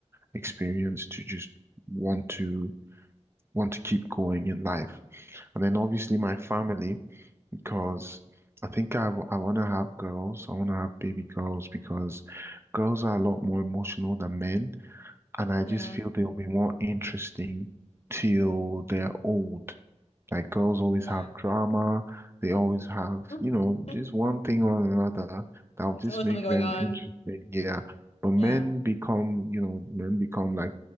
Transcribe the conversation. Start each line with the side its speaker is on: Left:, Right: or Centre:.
Right: experience to just want to want to keep going in life. And then obviously my family, because I think I, w- I want to have girls. I want to have baby girls because girls are a lot more emotional than men, and I
Left: Yeah,
Right: just feel they'll be more interesting till they're old. Like girls always
Left: yeah.
Right: have drama, they always have,
Left: <laughs>
Right: you know, just one thing or another that'll
Left: It's
Right: just
Left: always
Right: make
Left: something going
Right: them
Left: on.
Right: interesting. Yeah. But men
Left: Yeah,
Right: become, you know, men become like